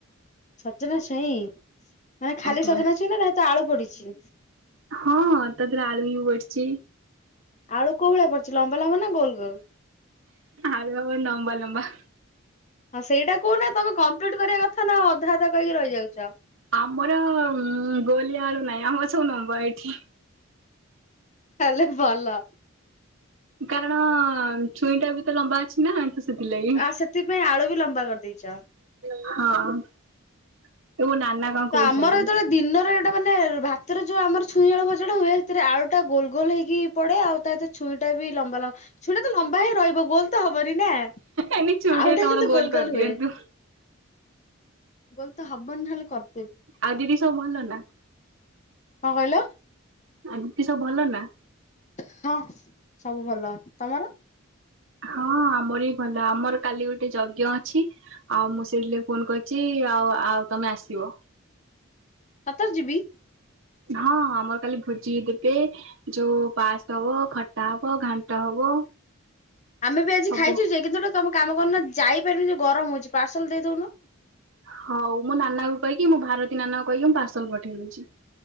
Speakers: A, on the left; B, on the right.
A: ସଜନା ଛୁଇଁ । ମାନେ ଖାଲି
B: ଆଜ୍ଞା।
A: ସଜନା ଛଇଁ ତା ସହିତ ଆଳୁ ପଡିଛି।
B: ହଁ ତାଥିରେ ଆଳୁ ବି ପଡିଚି।
A: ଆଳୁ କୋଉ ଭଳିଆ ପଡିଚି ଲମ୍ବା ଲମ୍ବା ନା ଗୋଲ ଗୋଲ?
B: ଆଳୁ ଆମର ନମ୍ବା ଲମ୍ବା।
A: ହଁ ସେଇଟା କହୁନ ତମେ କମ୍ପ୍ଲିଟ କରିବା କଥା ନା ଅଧା ଅଧା କହିକି ରହିଯାଉଚ।
B: ଆମର ଗୋଲିଆ ଆଳୁ ନାହିଁ ଆମର ସବୁ ନମ୍ବା ଏଇଠି।
A: ତାଲେ ଭଲ।
B: କାରଣ ଛୁଇଁ ଟା ବି ତ ଲମ୍ବା ଅଛି ନା ତ ସେଥିଲାଗି
A: ଆ ସେଥିପାଇଁ ଆଳୁ ବି ଲମ୍ବା କରିଦେଇଚ।
B: ହଁ। ତୋ ନାନା କଣ କହୁଛନ୍ତି
A: ତ ଆମର ଯେତେବେଳେ ଦିନରେ ଏଟା ମାନେ ଭାତରେ ଯୋଉ ଆମର ଛୁଇଁ ଆଳୁ ଭଜା ଟା ହୁଏ ସେଥିରେ ଆଳୁ ଟା ଗୋଲ ଗୋଲ ହେଇକି ପଡେ ଆଉ ତାରେ ଛୁଇଁ ଟା ବି ଲମ୍ବା ଲମ୍ବା ଛୁଇଁ ଟା ଲମ୍ବା ହେଇ ରହିବ ଗୋଲ ତ ହବନି ନା
B: ଏନି ଛୁଇଁ
A: ଆଉ
B: ଟେ
A: ଟା
B: ତମର
A: କିନ୍ତୁ ଗୋଲ
B: କରିଦିଅନ୍ତୁ।
A: ଗୋଲ ହୁଏ। ଗୋଲ ତ ହବନି ନହେଲେ କର
B: ଆଉ ଦିଦି ସବୁ ଭଲ ନା?
A: କଣ କଇଲ?
B: ଆଉ ଦିଦି ସବୁ ଭଲ ନା?
A: ହଁ ସବୁ ଭଲ ତମର?
B: ହଁ ଆମର ବି ଭଲ ଆମର କାଲି ଗୋଟେ ଯଜ୍ଞ ଅଛି ଆଉ ମୁଁ ସେଇଠି ଲାଗି ଫୋନ କରିଚି ଆଉ ଆଉ ତମେ ଆସିବ।
A: ସତରେ ଯିବି?
B: ହଁ ଆମର କାଲି ଭୋଜି ଦେବେ ଯୋଉ ପାସ୍ ହବ, ଖଟା ହବ, ଘାଣ୍ଟ ହବ।
A: ଆମେ ବି ଆଜି
B: ସବୁ
A: ଖାଇଛୁ ଯେ କିନ୍ତୁ ଗୋଟେ ତମେ କାମ କ ନ ଯାଇପାରିବିନି ଯୋଉ ଗରମ ହଉଛି ପାର୍ସଲ ଦେଇଦଉନ।
B: ହଉ ମୋ ନାନା କହିକି ମୋ ଭାରତୀ ନାନାଙ୍କୁ କହିକି ମୁଁ ପାର୍ସଲ ପଠେଇଦଉଛି।